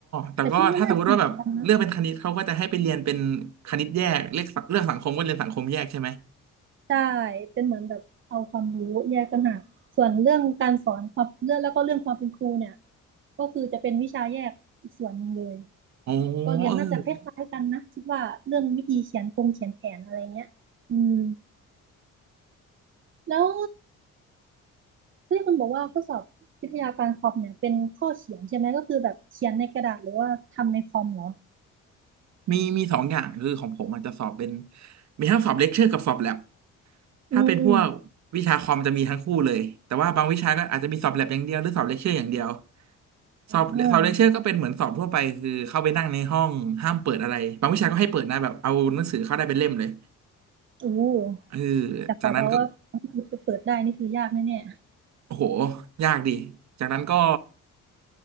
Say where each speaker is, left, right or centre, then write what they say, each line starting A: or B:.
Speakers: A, on the right; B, on the right.
A: แต่ก็ถ้าสมมติว่าแบบเลือกเป็นคณิตเขาก็จะให้ไปเรียนเป็นคณิตแยกเลขสังเลือกสังคมก็เรียนสังคมแยกใช่ไหม
B: แต่คิดว่าน่าจะเหมือนกันนะ ใช่เป็นเหมือนแบบเอาความรู้แยกต่างหากส่วนเรื่องการสอนความเรื่องแล้วก็เรื่องความเป็นครูเนี่ยก็คือจะเป็นวิชาแยกอีกส่วนหนึ่งเลย
A: อ๋อ
B: ก็เรียนน่าจะคล้ายๆกันนะคิดว่าเรื่องวิธีเขียนโครงเขียนแผนอะไรเงี้ยอืม
A: เออ
B: แล้วที่คุณบอกว่าข้อสอบวิทยาการคอมเนี่ยเป็นข้อเขียนใช่ไหมก็คือแบบเขียนในกระดาษหรือว่าทำในคอมเหรอ
A: มีมีสองอย่างคือของผมอาจจะสอบเป็นมีทั้งสอบเลคเชอร์กับสอบแลบ ถ้าเป็นพวกวิชาคอมจะมีทั้งคู่เลยแต่ว่าบางวิชาก็อาจจะมีสอบแลบอย่างเดียวหรือสอบเลคเชอร์อย่างเดียว
B: อืมอืมอ่า
A: สอบสอบเลคเชอร์ก็เป็นเหมือนสอบทั่วไปคือเข้าไปนั่งในห้องห้ามเปิดอะไรบางวิชาก็ให้เปิดนะแบบเอาหนังสือเข้าได้เป็นเล่มเลย
B: อู้
A: เออ
B: แต่ขอเดาว่าถ้าเปิดได้นี่คือยากแน่
A: จากนั้นก็โอ้โหยากดีจากนั้นก็